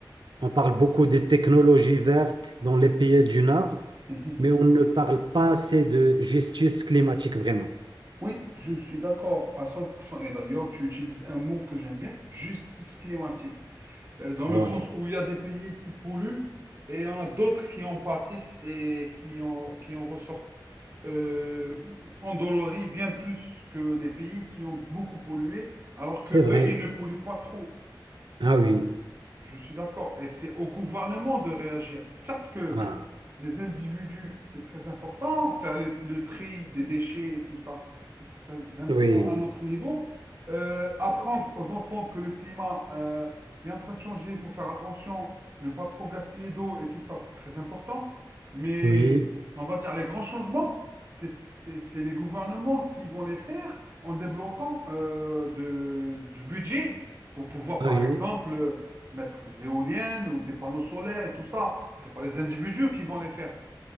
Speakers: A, on the right (about 70°); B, on the right (about 35°).
A: On parle beaucoup des technologies vertes dans les pays du Nord,
B: Mhm.
A: mais on ne parle pas assez de justice climatique vraiment.
B: Oui, je suis d'accord à 100%. Et d'ailleurs, tu utilises un mot que j'aime bien, justice climatique. Euh, dans le
A: Ouais,
B: sens où il y a des pays qui polluent et il y en a d'autres qui en pâtissent et qui en, qui en ressortent euh, endoloris bien plus que les pays qui ont beaucoup pollué, alors
A: c'est
B: que
A: vrai.
B: eux, ils ne polluent pas trop.
A: Ah
B: Donc,
A: oui.
B: oui. Je suis d'accord. Et c'est au gouvernement de réagir. Certes que
A: Ah,
B: les individus, c'est très important, faire le, le tri des déchets et tout ça, c'est très, très important
A: oui.
B: à notre niveau. Euh, apprendre aux enfants que le climat euh, est en train de changer, il faut faire attention, ne pas trop gaspiller d'eau et tout ça, c'est très important. Mais
A: Oui.
B: on va dire les grands changements, c'est c'est- c'est les gouvernements qui vont les faire en débloquant euh, de- du budget pour pouvoir,
A: Ah
B: par
A: oui.
B: exemple mettre des éoliennes ou des panneaux solaires et tout ça. C'est pas les individus qui vont les faire, ça.